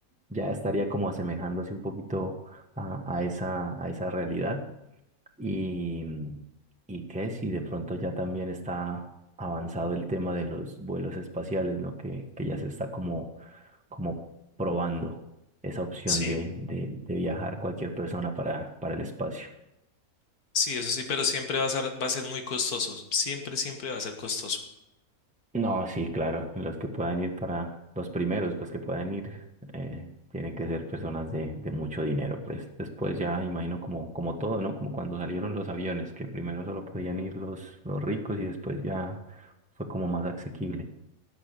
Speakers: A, in the centre; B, on the left.
A: ya estaría como asemejándose un poquito a, a esa, a esa realidad. Y, y que si de pronto ya también está avanzado el tema de los vuelos espaciales, ¿no? Que, que ya se está como, como probando esa opción
B: sí,
A: de, de, de viajar cualquier persona para, para el espacio.
B: Sí, eso sí, pero siempre va a ser, va a ser muy costoso. Siempre, siempre va a ser costoso.
A: No, sí, claro, los que puedan ir para los primeros, pues que puedan ir, eh, tienen que ser personas de, de mucho dinero, pues después ya imagino como, como todo, ¿no? Como cuando salieron los aviones, que primero solo podían ir los, los ricos y después ya fue como más asequible.